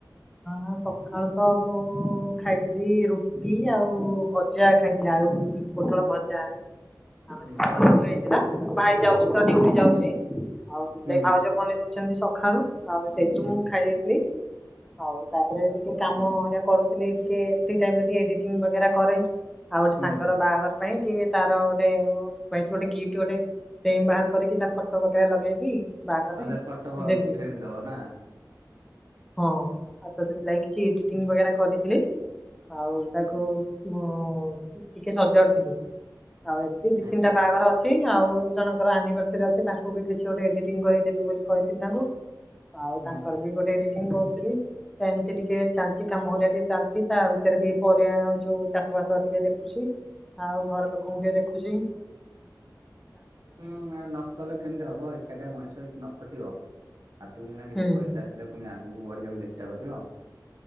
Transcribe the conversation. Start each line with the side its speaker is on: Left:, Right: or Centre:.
Centre: ହଁ ସଖାଳୁ ତ ମୁଁ ଖାଇଥିଲି ରୁଟି ଆଉ ଭଜା ଖାଇ ଲାଉ ପୋଟଳ ଭଜା ଆମର
Right: ହୁଁ
Centre: ସବୁ ହୁଏ। ଏଲା ଭାଇ ଯାଉଚି ତ ଡିଉଟି ଯାଉଚି। ଆଉ ସେଥିଲାଗି
Right: ହୁଁ
Centre: ଭାଉଜ ବନେଇ ଦଉଛନ୍ତି ସଖାଳୁ ଆଉ ସେଇଥିରୁ
Right: ହୁଁ
Centre: ମୁଁ ଖାଇ ଦେଇଥିଲି। ଆଉ ତାପରେ ଟିକେ କାମ ହରିଆ କରୁଥିଲି ଟିକେ ଫ୍ରି ଟାଇମରେ ଟିକେ ଏଡିଟିଂ ବଗେରା କରେ। ଆଉ ଗୋଟେ ସାଙ୍ଗର
Right: ହୁଁ।
Centre: ବାଆଘର ପାଇଁ ଟି ଟିକେ ତାର ଗୋଟେ କହିଚି ଗୋଟେ ଗିଫ୍ଟ ଗୋଟେ। ଫେମ୍ ବାହାର କରିକି ତାର ଫଟୋ ବଗେରା ଲଗେଇକି। ବାହାଘରରେ
Right: ଅ ସେ ଫଟୋ ଫ
Centre: ଦେବି
Right: ଫେମ୍ ଦବ ନା।
Centre: ହଁ ଆଉ ତ ସେଥିଲାଗି କିଛି ଏଡିଟିଂ ବଗେରା କରିଦେଲି। ଆଉ ତାକୁ ମୁଁ ଟିକେ ସଜାଡୁ ଥିଲି ଆଉ ଦି ତିନିଟା
Right: ଆଚ୍ଛା
Centre: ବାଆଗର ଅ ଚି ଆଉ ଜଣଙ୍କର ଆନିଭର୍ସରୀ ଅଛି ତାଙ୍କୁ ବି କିଛି ଗୋଟେ ଏଡିଟିଂ କରିଦେବି ବୋଲି କହିଥିଲି ତାଙ୍କୁ। ଆଉ
Right: ହୁଁ।
Centre: ତାଙ୍କର ବି ଗୋଟେ ଏଡିଟିଂ କରୁଥିଲି। ଏମିତି ଟିକେ ଚାଲିଚି କାମ ହରିଆ ଟିକେ ଚାଲିଚି ତା ଭିତରେ ବି ପରିବା ଯୋଉ ଚାଷ ବାସ ଟିକେ ଦେଖ ଚି ଆଉ ଘର ଲୋକଙ୍କୁ ଟିକେ ଦେଖୁଚି।
Right: ହୁଁ ନା ନକଲେ କେମିତି ହବ ଏକାଟିଆ ମଣିଷ ଯ ନ ଖଟିବ। ହାତ କୁ ସିନା କିଛି
Centre: ହୁଁ।
Right: ପଇସା ଆସିଲେ ଫୁଣି ଆଗକୁ ବଢିବାକୁ ଚେଷ୍ଟା କରିବ।